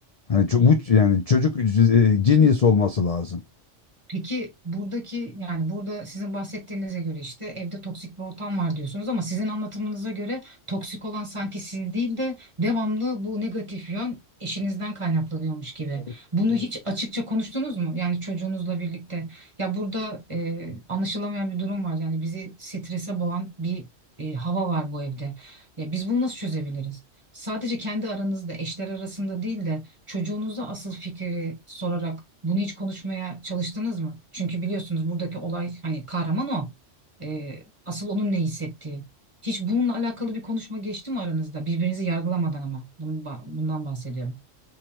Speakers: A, on the left; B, on the right.
A: Hani ço- bu yani çocuk e, genius olması lazım.
B: Peki buradaki yani burada sizin bahsettiğinize göre işte evde toksik bir ortam var diyorsunuz ama sizin anlatımınıza göre toksik olan sanki siz değil de devamlı bu negatif yön eşinizden kaynaklanıyormuş gibi.
A: Evet.
B: Bunu hiç açıkça konuştunuz mu? Yani çocuğunuzla birlikte. Ya burada e, anlaşılamayan bir durum var. Yani bizi strese boğan bir e, hava var bu evde. Ya biz bunu nasıl çözebiliriz? Sadece kendi aranızda, eşler arasında değil de Çocuğunuza asıl fikri sorarak bunu hiç konuşmaya çalıştınız mı? Çünkü biliyorsunuz buradaki olay hani kahraman o. Ee, asıl onun ne hissettiği. Hiç bununla alakalı bir konuşma geçti mi aranızda? Birbirinizi yargılamadan ama. Bunu, bundan bahsediyorum.